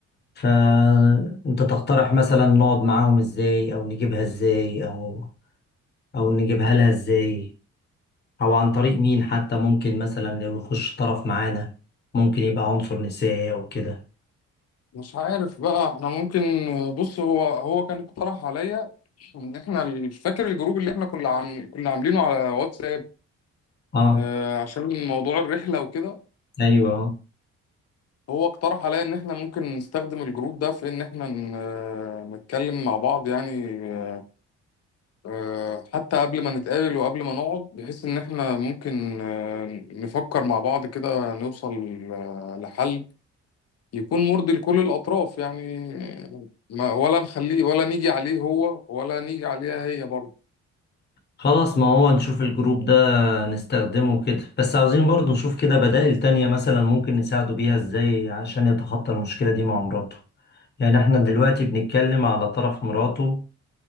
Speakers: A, on the left (about 35°); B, on the left (about 55°).
A: فأنت تقترح مثلا نقعد معاهم ازاي أو نجيبها ازاي أو أو نجيبها لها ازاي أو عن طريق مين حتى ممكن مثلا لو يخش طرف معانا ممكن يبقى عنصر نسائي أو كده
B: مش عارف بقى احنا ممكن آه، بص هو هو كان اقترح عليا ان احنا فاكر الجروب اللي احنا كنا عم... كنا عاملينه على واتساب
A: اه
B: آه، عشان موضوع الرحلة وكده
A: أيوه آه.
B: هو اقترح عليا ان احنا ممكن نستخدم الجروب ده في ان احنا ن- آه، نتكلم مع بعض يعني آه، آه، حتى قبل ما نتقابل وقبل ما نقعد بحيث إن إحنا ممكن آه، نفكر مع بعض كده نوصل آه، لحل يكون مرضي لكل الأطراف يعني آه، ما ولا نخليه ولا نيجي عليه هو ولا نيجي عليها هي برضه
A: خلاص ما هو نشوف الجروب ده نستخدمه كده بس عاوزين برضو نشوف كده بدائل تانية مثلا ممكن نساعده بيها ازاي عشان يتخطى المشكلة دي مع مراته يعني احنا دلوقتي بنتكلم على طرف مراته